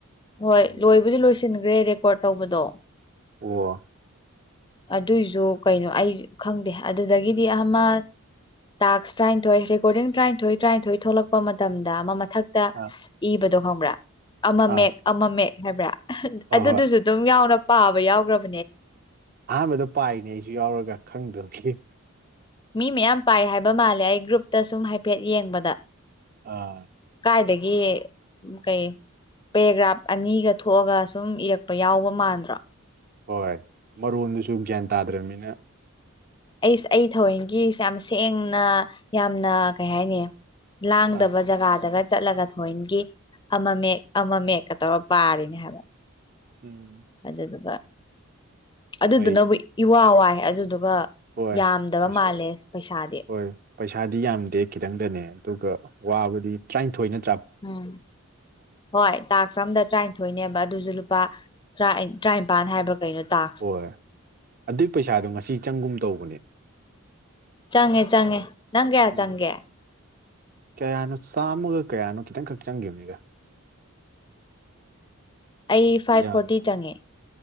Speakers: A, on the left (about 20°); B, on the right (about 40°).
A: ꯍꯣꯏ
B: ꯎꯝ
A: ꯂꯣꯏꯕꯨꯗꯤ ꯂꯣꯏꯁꯟꯈ꯭ꯔꯦ ꯔꯦꯀꯣꯔꯠ ꯇꯧꯕꯗꯣ
B: ꯑꯣ
A: ꯑꯗꯨꯏꯖꯨ ꯀꯩꯅꯣ ꯑꯩ ꯈꯪꯗꯦ ꯑꯗꯨꯗꯥꯒꯤꯗꯤ ꯑꯃ ꯇꯥꯛꯁ ꯇꯔꯥꯅꯤꯊꯣꯏ ꯔꯦꯀꯣꯔꯗꯤꯡ ꯇꯔꯥꯅꯤꯊꯣꯏ ꯇꯔꯥꯅꯤꯊꯣꯏ ꯊꯣꯛꯂꯛꯄ ꯃꯇꯝꯗ ꯑꯃ ꯃꯊꯛ
B: ꯑꯥ
A: ꯏꯕꯗꯣ ꯈꯪꯕ꯭ꯔꯥ ꯑꯃꯃꯦꯛ
B: ꯑꯥ
A: ꯑꯃꯃꯦꯛ ꯍꯥꯏꯕ꯭ꯔꯥ
B: ꯍꯣꯏ
A: ꯑꯗꯨꯗꯨꯁꯨ ꯑꯗꯨꯝ ꯌꯥꯎꯅ ꯄꯥꯕ ꯌꯥꯎꯒ꯭ꯔꯝ
B: ꯑꯍꯥꯟꯕꯗꯥ ꯄꯥꯏꯅꯦ ꯑꯩꯁꯨ ꯌꯥꯎꯔꯒꯥ ꯈꯪꯗꯥꯕꯒꯤ
A: ꯃꯤ ꯃꯌꯥꯝ ꯄꯥꯏ ꯍꯥꯏꯕ ꯃꯥꯜꯂꯦ ꯑꯩ ꯒ꯭ꯔꯨꯞꯇꯥ ꯁꯨꯝ ꯍꯥꯏꯐꯦꯠ ꯌꯦꯡꯕꯗꯥ
B: ꯑꯥ
A: ꯀꯥꯏꯗꯒꯤ ꯀꯩ ꯄꯦꯔꯦꯒ꯭ꯔꯥꯐ ꯑꯅꯤꯒ ꯊꯣꯛꯑꯒ ꯁꯨꯝ ꯏꯔꯛꯄ ꯌꯥꯎꯕ ꯃꯥꯟꯕ
B: ꯍꯣꯏ ꯃꯔꯣꯟꯗꯨꯁꯨ ꯒ꯭ꯌꯥꯟ ꯇꯥꯗ꯭ꯔꯅꯤꯅ
A: ꯑꯩꯁ ꯑꯩ ꯊꯋꯦꯟꯒꯤꯁꯦ ꯌꯥꯝ ꯁꯦꯡꯅ ꯌꯥꯝꯅ ꯀꯩ ꯍꯥꯏꯅꯤ ꯂꯥꯡꯗꯕ
B: ꯑꯥ
A: ꯖꯒꯥꯗꯒ ꯆꯠꯂꯒ ꯊꯣꯏꯅꯒꯤ ꯑꯃ ꯃꯌꯦꯛ ꯑꯃ ꯃꯌꯦꯛꯀ ꯇꯧꯔ ꯄꯥꯔꯤꯅꯦ ꯍꯥꯏꯕ
B: ꯎꯝ
A: ꯑꯗꯨꯗꯨꯒ ꯑꯗꯨꯗꯨꯅꯕꯨ
B: ꯍꯣꯏ
A: ꯏꯋꯥ ꯋꯥꯏ ꯑꯗꯨꯗꯨꯒ
B: ꯍꯣꯏ
A: ꯌꯥꯝꯗꯕ
B: ꯄꯩꯁꯥ
A: ꯃꯥꯜꯂꯦ ꯄꯩꯁꯥꯗꯤ
B: ꯍꯣꯏ ꯄꯩꯁꯥꯗꯤ ꯌꯥꯝꯗꯦ ꯈꯤꯇꯪꯗꯅꯦ ꯑꯗꯨꯒ ꯋꯥꯕꯗꯤ ꯇꯔꯥꯅꯤꯊꯣꯏꯅ
A: ꯎꯝ ꯍꯣꯏ ꯇꯥꯛꯁ ꯑꯃꯝꯗ ꯇꯔꯥꯅꯤꯊꯣꯏꯅꯦꯕ ꯑꯗꯨꯁꯨ ꯂꯨꯄꯥ ꯇꯔꯥꯏꯟ ꯇꯔꯥꯅꯤꯄꯥꯟ ꯍꯥꯏꯕ ꯀꯩꯅꯣ ꯇꯥ
B: ꯍꯣꯏ ꯑꯗꯨꯒꯤ ꯄꯩꯁꯥꯗꯣ ꯉꯁꯤ ꯆꯪꯒꯨꯝ ꯇꯧꯕꯅꯦ
A: ꯆꯪꯉꯦ ꯆꯪꯉꯦ ꯅꯪ ꯀꯌꯥ
B: ꯎꯝ
A: ꯆꯪꯒꯦ
B: ꯀꯌꯥꯅꯣ ꯆꯥꯝꯃꯒ ꯀꯌꯥꯅꯣ ꯈꯤꯇꯪꯈꯛ ꯆꯪꯒꯤꯕꯅꯤꯗ
A: ꯑꯩ ꯐꯥꯏꯚ
B: ꯌꯥꯝ
A: ꯐꯣꯔꯇꯤ ꯆꯪꯉꯦ